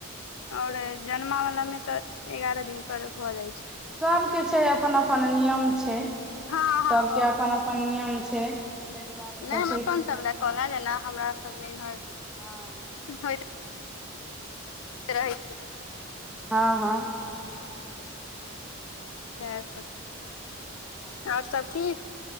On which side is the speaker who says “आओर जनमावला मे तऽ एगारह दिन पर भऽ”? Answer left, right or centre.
Left